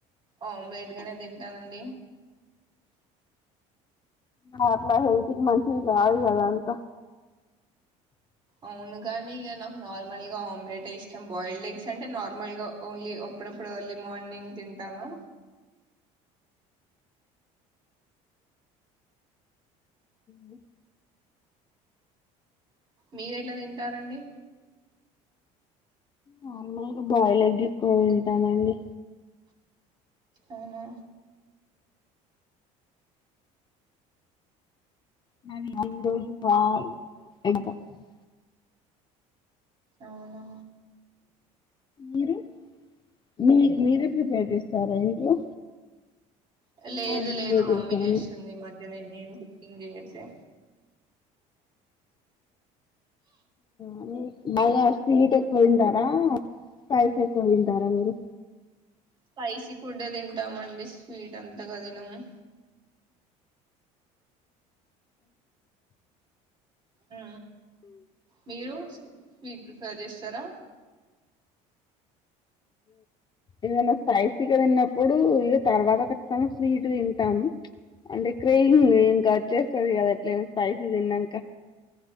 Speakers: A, on the right; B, on the left.
A: ఆమ్లెట్ గానే తింటానండి
B: అది అట్ల హెల్తుకి మంచిది కాదు కదా అంత
A: అవును కాని ఇక నాకు నార్మల్ గా ఆమ్లెట్ ఇష్టాం బాయిల్డ్ ఎగ్స్ అంటే నార్మల్ గా ఓన్లీ అప్పుడప్పుడు ఎర్లీ మార్నింగ్ తింటాను
B: ఊ
A: మీరు ఎట్లా తింటారండి
B: నార్మల్ గా బాయిల్ ఎగ్ ఎక్కువగా తింటామండి
A: అవునా
B: నాది ఇది ఈ రోజు లా వినబడుతుంది
A: అవునా
B: మీది మీ మీరే ప్రిపేర్ చేస్తారా ఇంట్లో
A: లేదు
B: ఆ నేనే
A: లేదు మమ్మీ
B: చేశాను
A: చేస్తుంది ఈ మధ్యన నే కుకింగ్ చేయట్లే
B: అవునా బాగా స్వీట్ ఎక్కువ తింటారా స్పైస ఎక్కువ తింటారా మీరు
A: స్పైసీ ఫుడ్ే తింటామండి స్వీట్ అంతగా తినము ఆ మీరు స్వీట్ ప్రిఫర్ చేస్తారా
B: ఏదైనా స్పైసీగా తిన్నప్పుడు ఇ తర్వాత ఖచ్చితంగా స్వీట్ తింటాం అంటే క్రేయింగ్ ఇంకా వచ్చేస్తుంది కదా ఎట్లనా స్పైసీ తిన్నాక